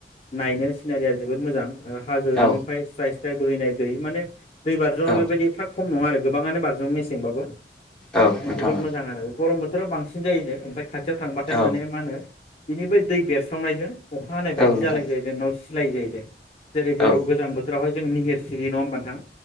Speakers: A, on the left (about 35°); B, in the centre.
A: नायनो सिनारिया जोबोद मोजां ओ हाजोनिफ्राय
B: औ
A: स्राय स्राय बोहैनाय दै माने दै बाराज्रावा
B: औ
A: बेबायदि एफा खम नङा आरो गोबाङानो <unintelligible> बारजों मेसेंबाबो
B: औ
A: माने
B: नोंथां
A: जोबोद
B: औ
A: मोजां आरो गरम बोथोर <unintelligible> बांसिन जायोनो ओमफ्राय खाथियाव थांबाथाय
B: औ
A: माने मा होनो बेनिफ्राय दै बेरस्रावनायजों अखा हानाय बायदि
B: औ नोंथां औ नोंथां
A: जालाय जायो नोंनाव लाय जायोदों जेरै बरफ
B: औ
A: गोजां बोथोरावहाय निहेर सिरि नङा होनबा नोंथां